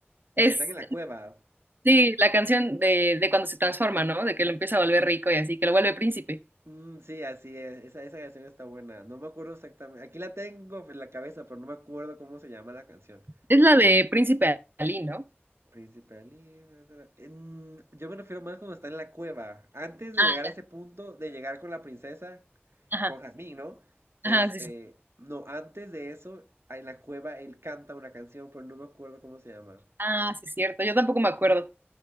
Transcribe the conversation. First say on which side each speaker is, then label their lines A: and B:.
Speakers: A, on the right; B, on the right.
A: Es,
B: Que están en la cueva.
A: sí, la canción de, de cuando se transforma, ¿no? De que lo empieza a volver rico y así, que lo vuelve príncipe.
B: Mm, sí, así es. Esa, esa canción está buena. No me acuerdo exactamente. Aquí la tengo en la cabeza, pero no me acuerdo cómo se llama la canción.
A: Es la de Príncipe Ali, ¿no?
B: Príncipe da, da, da. Mm, yo me refiero más cuando está en la cueva. Antes de
A: Ah,
B: llegar a
A: ya.
B: ese punto, de llegar con la princesa,
A: Ajá,
B: con Jazmín, ¿no? Este,
A: ajá, sí, sí.
B: no, antes de eso, en la cueva él canta una canción, pero no me acuerdo cómo se llama.
A: Ah, sí, es cierto. Yo tampoco me acuerdo.